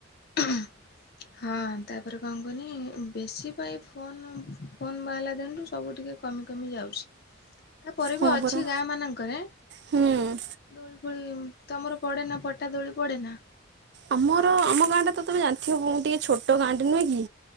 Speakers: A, on the left (about 50°); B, on the right (about 55°).
A: <unintelligible> ହଁ ତାପରେ କଣ କନି ବେଶୀ ପାଇଁ ଫୋନ ଫୋନ୍ ବାହାରିଲା ଦିନୁଠୁ ସବୁ ଟିକେ କମି କମି ଯାଉଛି ତା ପରେ
B: ହଁ
A: ବି ଅଛି
B: ପରା
A: ଗାଁ ମାନଙ୍କରେ
B: ହୁଁ
A: ଦୋଳି ଫୋଳି ତମର ପଡେ ନା ପଟା ଦୋଳି ପଡେ ନା?
B: ଆମର ଆମ ଗାଁ ଟା ତମେ ଜାଣିଥିବ କ ଟିକେ ଛୋଟ ଗାଁଟେ ନୁହେଁ କି?